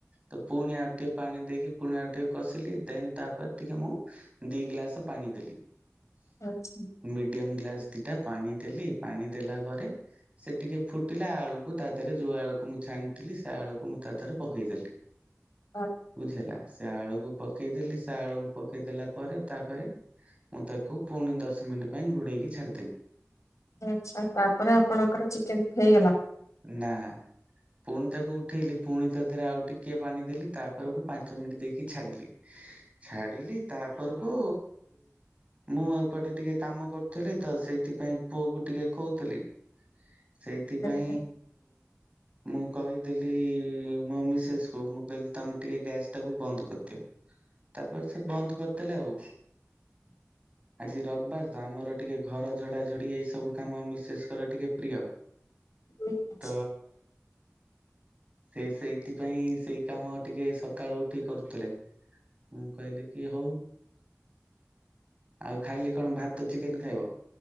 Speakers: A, on the right; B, on the left.
A: ତ ପୁଣି ଆଉ ଟିକେ ପାଣି ଦେଇକି ପୁଣି ଆଉ ଟିକେ କସିଲି ଦେନ ତାପରେ ଟିକେ ମୁ ଦି ଗ୍ଲାସ ପାଣି ଦେଲି।
B: ଆଛା
A: ମିଡିୟମ ଗ୍ଲାସ ଦିଟା ପାଣି ଦେଲି ପାଣି ଦେଲା ପରେ ସେ ଟିକେ ଫୁଟିଲା ଆଳୁକୁ ତା ଦେହରେ ଯୋଉ ଆଳୁକୁ ମୁଁ ଛାଣିଥିଲି ସେ ଆଳୁକୁ ମୁଁ ତା ଦେହରେ ପକେଇଦେଲି।
B: <inaudible>
A: ବୁଝି ହେଲା ସେ ଆଳୁକୁ ପକେଇଦେଲି ସେ ଆଳୁକୁ ପକେଇଦଲା ପରେ ତାପରେ ମୁ ତାକୁ ପୁଣି ଦଶ ମିନିଟ୍ ପାଇଁ ଘୋଡ଼େଇକି ଛାଡ଼ିଦେଲି।
B: ଆଚ୍ଛା ତାପରେ ଆପଣଙ୍କର ଚିକେନ୍ ହେଇଗଲା?
A: ନାଁ। ପୁଣି ତାକୁ ଉଠେଇଲି ପୁଣି ତାଦେହରେ ଆଉ ଟିକିଏ ପାଣି ଦେଲି ତାପରକୁ ପାଞ୍ଚ ମିନିଟ୍ ଦେଇକି ଛାଡ଼ିଲି। ଛାଡ଼ିଲି ତାପରକୁ ମୁଁ ଏପଟେ ଟିକେ କାମ କରୁଥିଲି ତସେଇଥିପାଇଁ ପୁଅକୁ ଟିକେ ଖୋଉଥିଲି ସେଇଥିପାଇଁ
B: <inaudible>
A: ମୁଁ କହିଥିଲି ମୋ ମିସେସ୍କୁ ମୁଁ କହିଲି ତମେ ଟିକେ ଗ୍ୟାସ୍ ଟାକୁ ବନ୍ଦ କରିଦିଅ।
B: <inaudible>
A: ତାପରେସେ ବନ୍ଦ କରିଦେଲେ ଆଉ।
B: <inaudible>
A: ଆଜି ରବିବାରତ ଆମର ଟିକେ ଘର ଝଡ଼ା ଝଡ଼ି ଏଇ ସବୁ କାମ ମିସେସଙ୍କ ଟିକେ ପ୍ରିୟ।
B: ଉଁ ହୁଁ।
A: ତ ସେ ସେଇଥିପାଇଁ ସେଇ କାମ ଟିକେ ସକାଳୁ ଉ ଏଠି କରୁଥିଲେ ମୁଁ କହିଲିକି ହଉ ଆଉ ଖାଲି କଣ ଭାତ ଚିକେନ୍ ଖାଇବ